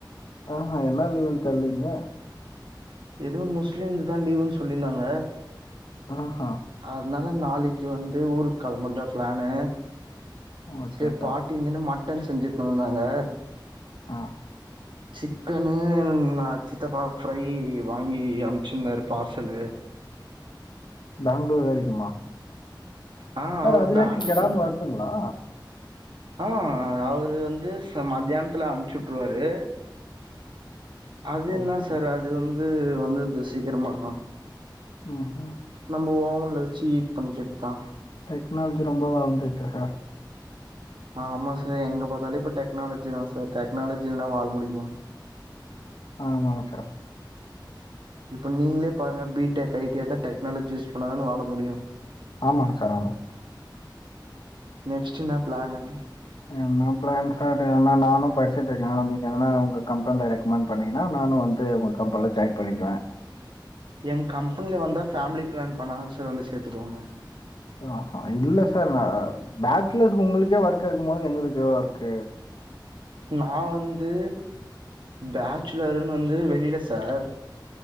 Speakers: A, on the left; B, on the right.
A: ஆஹா என்னா லீவுனு தெரிலிங்களே
B: இதுவும் முஸ்லிம்ங்குதான் லீவுன்னு சொல்லிருந்தாங்க
A: ஆஹா
B: அதனால நாளைக்கு வந்து ஊருக்கு களம்புறதா பிளானு
A: ஓகே
B: சரி
A: சார்.
B: பாட்டி இருந்துன்ன மட்டன் செஞ்சுட்டு இருந்தாங்க
A: ஆ
B: சிக்கன்னு நான் சித்தப்பா ஃப்ரை வாங்கி அமிச்சிருந்தாரு பார்சலு
A: பேங்களூர் வரைக்குமா
B: ஆ
A: சார்
B: அவரு
A: அது
B: பேங்களூர்
A: வரைக்கும் கெடாம வருதுங்களா
B: ஆ அவுரு வந்து ச மதியானத்துல அனுப்புச்சு வுட்டுருவாரு அது
A: ஓகே.
B: என்னா சார் அது வந்து வந்துருது சீக்கிரமா
A: ம்ஹ்ம்.
B: நம்ம ஓவன்ல வச்சு ஹீட் பண்றதுதான்
A: டெக்னாலஜி ரொம்ப வளர்ந்துருச்சு சார்
B: ஆமாம் சார் எங்க பாத்தாலும் இப்ப டெக்னாலஜி தான் சார் டெக்னாலஜி இல்லனா வாழ முடியுமா
A: ஆமா சார்
B: இப்ப நீங்களே பாருங்க பீடெக் ஐடியா தான் டெக்னாலஜி யூஸ் பண்ணாதான வாழ முடியும்
A: ஆமாங் சார் ஆமா
B: நெக்ஸ்ட் இன்னா பிளாணு
A: என்ன பிளான் சார் நா நானும் படிச்சுட்டு இருக்கே நீங்க எதனா உங்க கம்பெனில ரெக்கமண்ட் பண்ணிங்கன்னா நானு வந்து உங்க கம்பெனில ஜாயின் பண் பண்ணிக்குவேன்
B: எங்க கம்பெனில வந்தா ஃபேமிலி பிளான் பண்ணா தான் சார் வந்து சேத்துக்குவாங்க
A: ஆஹா இல்ல சார் நா பேட்சுலர்ஸ் உங்குளுக்கே ஒர்க் இருக்கும் போது எங்களுக்கு ஒர்க்
B: நான் வந்து பேச்சுலருன்னு வந்து வெளியில சார்